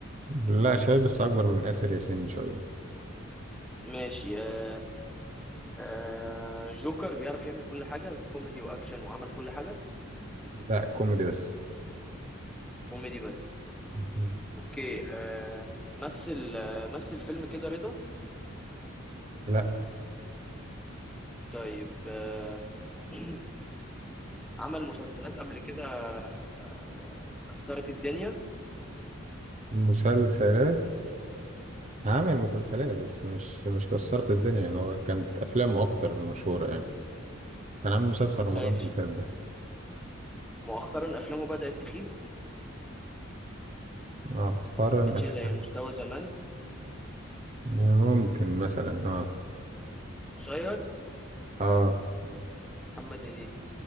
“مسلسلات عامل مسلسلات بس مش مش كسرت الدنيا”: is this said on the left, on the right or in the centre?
Right